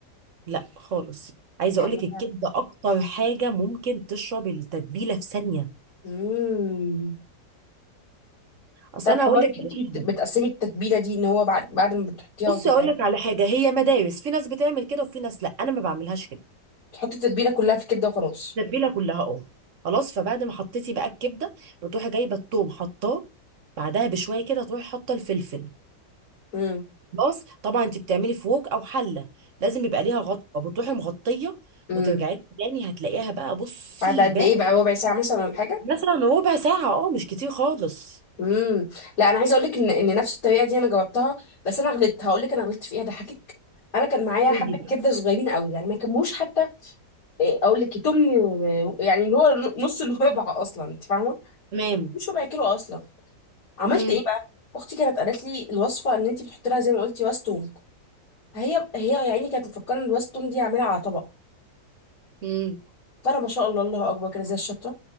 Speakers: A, on the right; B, on the left.
A: لا خالص عايزه
B: يعني
A: اقول لك الكبده اكتر حاجه ممكن تشرب التتبيله في ثانيه
B: مم.
A: اصل
B: طب
A: انا
B: حوار
A: هقول لك
B: ان انت
A: على
B: بت-
A: حاجه
B: بتقسمي التتبيله دي ان هو بعد بعد ما بتحطيها
A: بصي
B: وتتعمل
A: اقول لك على حاجه هي مدارس في ناس بتعمل كده وفي ناس لا انا ما بعملهاش كده
B: تحطي التتبيله كلها في الكبده وخلاص
A: التتبيله كلها اه خلاص فبعد ما حطيتي بقى الكبده بتروحي جايبه الثوم حطاه بعدها بشويه كده تروحي حاطه الفلفل
B: امم
A: خلاص طبعا انت بتعملي فوق او حله لازم يبقى ليها غطا بتروحي مغطيه
B: امم
A: وترجعي لها تاني هتلاقيها بقى بصي
B: بعد قد
A: بقى
B: ايه بقى ربع ساعه مثلا ولا حاجه
A: مثلا ربع ساعه اه مش كتير خالص
B: امم لا انا عايزه اقول لك ان ان نفس الطريقه دي انا جربتها بس انا غلطت هقول لك انا غلطت في ايه هضحكك انا كان معايا
A: قولي
B: حبه
A: بقى
B: كبده صغيرين قوي يعني ما كموش حتى إيه، اقول لك تمن و- يعني اللي هو نص الربع اصلا انت فاهمه
A: تمام
B: ما كموش ربع كيلو اصلا عملت
A: مم.
B: ايه بقى اختي كانت قالت لي الوصفه ان انت بتحطي لها زي ما قلتي راس توم هي هي يعني كانت مفكره ان راس التوم دي هعملها على طبق
A: مم.
B: فانا ما شاء الله الله اكبر كده زي الشطه